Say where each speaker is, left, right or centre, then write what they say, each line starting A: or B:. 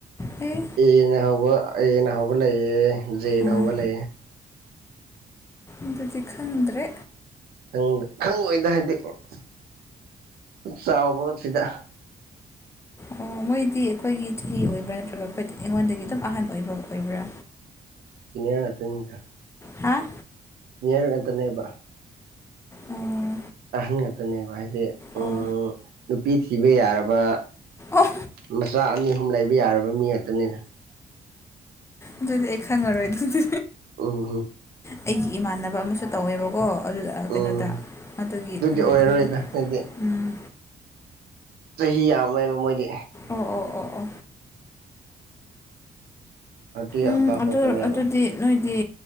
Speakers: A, on the left; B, on the right.
A: ꯍ <unintelligible>
B: ꯑꯦꯅ ꯍꯧꯕ ꯑꯦꯅ ꯍꯧꯕ ꯂꯩꯌꯦ ꯖꯦꯅ
A: ꯑꯥ
B: ꯍꯧꯕ ꯂꯩꯌꯦꯦ
A: ꯑꯗꯨꯗꯤ ꯈꯪꯗ꯭ꯔꯦ꯫
B: ꯗ ꯈꯪꯉꯣꯏꯗ ꯍꯥꯏꯗꯤ ꯁ ꯆꯥꯎꯕ ꯁꯤꯗ
A: ꯑꯣ ꯃꯣꯏꯗꯤ ꯑꯩꯈꯣꯏꯒꯤ ꯆꯍꯤ ꯑꯣꯏꯕ꯭ꯔꯥ ꯅꯠꯇ꯭ꯔꯒ ꯈꯣꯏꯗ ꯑꯩꯉꯣꯟꯗꯒꯤ ꯑꯗꯨꯝ ꯑꯍꯥꯟꯕ ꯑꯣꯏꯕ ꯑꯣꯏꯕ꯭ꯔꯥ?
B: ꯁꯤꯅꯤꯌꯔ ꯉꯇꯅꯤꯗ
A: ꯍꯥꯥ
B: ꯅꯤꯌꯔ ꯉꯟꯇꯅꯦꯕ
A: ꯑꯣ
B: ꯑꯍꯟ ꯉꯥꯛꯛꯇꯅꯦꯕ ꯍꯥꯏꯗꯤ
A: ꯑꯣ
B: ꯎ ꯅꯨꯄꯤ ꯊꯤꯕ ꯌꯥꯔꯕ
A: ꯑꯣ
B: ꯃꯆꯥ ꯑꯅꯤ ꯑꯍꯨꯝ ꯂꯩꯕ ꯌꯥꯔꯕ ꯃꯤ ꯉꯥꯛꯇꯅꯤꯅꯦ
A: ꯑꯗꯨꯗꯤ ꯑꯩ ꯈꯪꯉꯔꯣꯏ ꯑꯗꯨꯗꯤ
B: ꯎꯝ ꯍꯝ
A: ꯑꯩꯒꯤ ꯏꯃꯥꯟꯅꯕ ꯑꯃꯁꯨ ꯇꯧꯋꯦꯕꯀꯣ ꯑꯗꯨ
B: ꯎꯝ
A: ꯀꯩꯅꯣꯗ ꯑꯗꯨꯒꯤ ꯍꯪꯕꯅꯤꯗ
B: ꯑꯣꯏꯔꯔꯣꯏꯗ ꯑꯗꯨꯗꯤ
A: ꯎꯝ
B: ꯆꯍꯤ ꯌꯥꯝꯣꯏꯕ ꯃꯣꯏꯗꯤ
A: ꯑꯣ ꯑꯣ ꯑꯣ ꯑꯣ
B: ꯊꯥꯔꯇꯤ ꯑꯕꯞ
A: ꯎꯝ ꯑꯗꯨ
B: ꯉꯥꯛꯇꯅꯦꯕ
A: ꯑꯗꯨꯗꯤ ꯅꯣꯏꯗꯤ